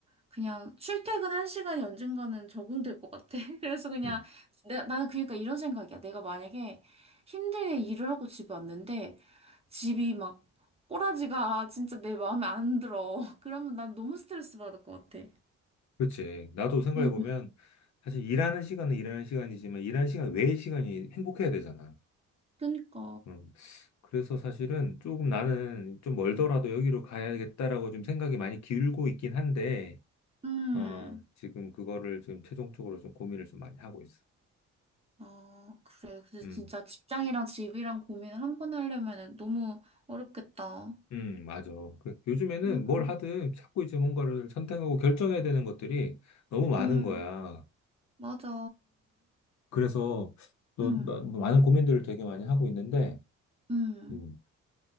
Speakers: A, on the right (about 20°); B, on the left (about 65°).
A: 그냥 출퇴근한 시간이 언젠가는 적응될 것 같아. <laughs> 그래서 그냥
B: 음,
A: 내가, 나는 그러니까 이런 생각이야. 내가 만약에 힘들게 일을 하고 집에 왔는데 집이 막 꼬라지가 진짜 내 마음에 안 들어. <laughs> 그러면 난 너무 스트레스 받을 것 같아.
B: 그렇지. 나도 생각해
A: 음,
B: 보면 사실 일하는 시간은 일하는 시간이지만 일하는 시간 외의 시간이 행복해야 되잖아.
A: 그니까.
B: 음, 그래서 사실은 조금 나는 좀 멀더라도 여기로 가야겠다라고 좀 생각이 많이 기울고 있긴 한데,
A: 음.
B: 어, 지금 그거를 좀 최종적으로 좀 고민을 좀 많이 하고 있어.
A: 아, 그래. 근데
B: 음,
A: 진짜 직장이랑 집이랑 고민을 한 번 하려면 너무 어렵겠다.
B: 음, 맞아. 그 요즘에는
A: 음,
B: 뭘 하든 자꾸 이제 뭔가를 선택하고 결정해야 되는 것들이 너무 많은
A: 음,
B: 거야.
A: 맞아.
B: 그래서 또
A: 음,
B: 나- 많은 고민들을 되게 많이 하고 있는데,
A: 음.
B: 음,